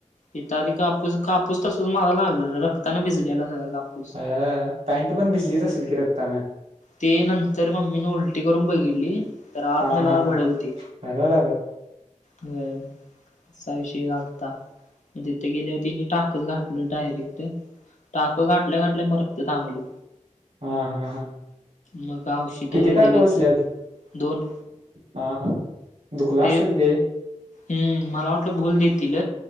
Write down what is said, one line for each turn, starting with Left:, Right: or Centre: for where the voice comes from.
Left: इथं आधी कापूस कापूस तसंच मला लावलेला रक्तानं भिजलेला सगळा कापूस.
Right: अयायाया पॅन्ट पण भिजलीच असेल की रक्तानं.
Left: ते नंतर मम्मीनं उलटी करून बघितली तर आतंन
Right: हा
Left: लाल
Right: हा
Left: भडक हूती.
Right: अर
Left: होय असा विषय झालता, म तिथं गेल्यावर तिनी टाकच घा टल डायरेक्ट टाक घाटल्या घाटल्या म रक्त थांबलं.
Right: हां हां हां.
Left: मग औषधं
Right: किती टाकं
Left: दिलीत
Right: बसल्यात?
Left: दोन
Right: हा हा. दुखलं
Left: ते
Right: असलं लय.
Left: हम्म मला वाटलं भूल देतील.